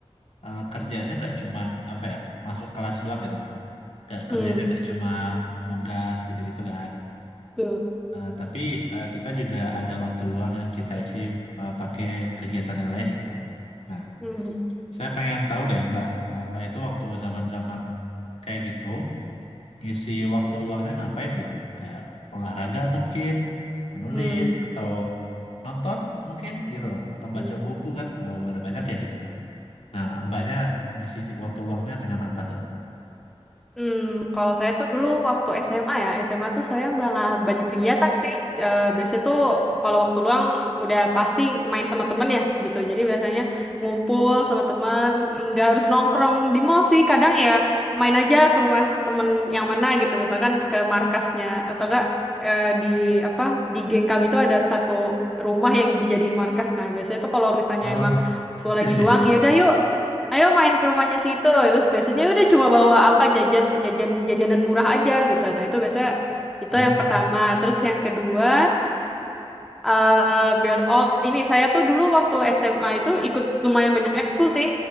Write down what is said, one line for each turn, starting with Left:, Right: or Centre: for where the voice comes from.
Left: eh, kerjanya nggak cuman apa ya, masuk kelas doang gitu loh. Nggak
Centre: Hmm,
Left: kerjanya nggak cuma nugas gitu-gitu kan.
Centre: tuh.
Left: Eh, tapi eh, kita juga ada waktu luang yang kita isi eh, pakai kegiatan yang lain gitu lah. Nah,
Centre: Mhm.
Left: saya pengen tahu deh Mbak, Eh, Mbak itu waktu zaman-zaman kayak gitu. ngisi waktu luangnya ngapain gitu? Kayak olahraga mungkin, menulis
Centre: Hmm.
Left: atau nonton mungkin gitu loh, atau
Centre: hmm.
Left: baca buku kan eh, ada banyak ya gitu loh. Nah, mbaknya ngisi waktu luangnya dengan apa tuh?
Centre: Hmm, kalau saya tuh dulu waktu SMA ya, SMA tuh saya malah banyak kegiatan sih. Eh, biasanya tuh kalau waktu luang udah pasti main sama temen ya gitu. Jadi biasanya ngumpul sama temen, nggak harus nongkrong di mall sih. Kadang ya main aja ke rumah temen yang mana gitu. Misalkan ke markasnya atau enggak eh, di apa di geng kami itu ada satu rumah yang dijadiin markas. Nah biasanya tuh kalau misalnya
Left: Oh,
Centre: emang
Left: <laughs>
Centre: waktu lagi
Left: jadi
Centre: luang ya udah yuk ayo main ke rumahnya situ terus biasanya udah cuma bawa apa jajan jajan jajanan murah aja gitu nah itu biasanya itu
Left: ah
Centre: yang pertama terus yang kedua eh bia- oh ini saya tuh dulu waktu SMA itu ikut lumayan banyak ekskul sih.